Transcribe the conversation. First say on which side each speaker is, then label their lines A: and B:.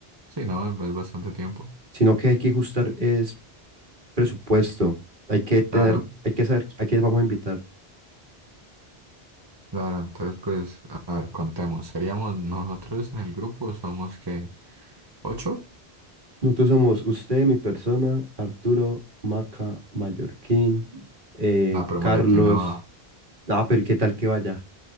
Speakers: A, on the right; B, on the right.
A: sí, no, es es bastante tiempo.
B: Sino que hay que ajustar es presupuesto. Hay que tener,
A: Claro,
B: hay que saber a quién vamos a invitar.
A: claro, entonces pues, a ver, contemos. ¿Seríamos nosotros en el grupo? ¿Somos que ¿Ocho?
B: Nosotros somos usted, mi persona, Arturo, Maca, Mallorquín, eh,
A: No, pero
B: Carlos.
A: mayor que no. va.
B: Ah, pero ¿qué tal que vaya?